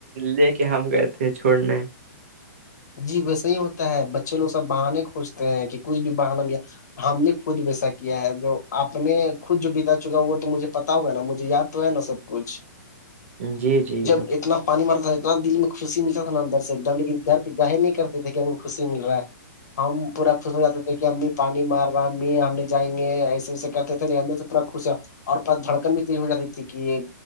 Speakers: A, on the right; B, on the left.
A: لے کے ہم گئے تھے چھوڑنے
B: جی ویسے ہی ہوتا ہے بچے لوگ سب بہانے کھجتے ہیں کہ کچھ بھی بہانا یا ہم نے خود ویسا کیا ہے جو آپ نے خود جو بتا چکا وہ تو مجھے پتا ہوگا نا مجھے یاد تو ہے نا سب کچھ
A: جی جی
B: <unintelligible> جب اتنا پانی مرتا تھا اتنا دل میں خوشی ملتا تھا نا اندر سے ایک دم لیکن گھر جاہر نہیں کرتے تھے کہ ہمیں خوشی مل رہا ہے ہم پورا خوش ہو جاتے تھے کہ ہم میٹ پانی مار رہا آدمی ہمنے جائیں گے ایسے ویسے کرتے تھے اندر سے تھورا خوش اور پ دھڑکن بھی تیز ہو جاتی تھی کہ